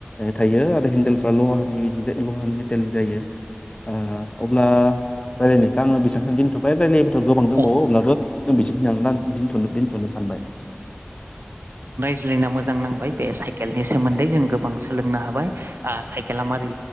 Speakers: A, on the left; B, on the right.
A: थायो आरो हेन्देलफ्रा लहानि बिदि लहानि मेटेलनि जायो आ अब्ला रायज्लायनायखौ आङो बेसेबांसिखिनियाव दोनथ'बाय गोबां दंबावो
B: औ
A: अब्लाबो <unintelligible> दोनथनो सानबाय।
B: रायलायना मोजां नांबाय बे साइकेलनि सोमोन्दै जों गोबां सोलोंनो हाबाय ओ साइकेला मारै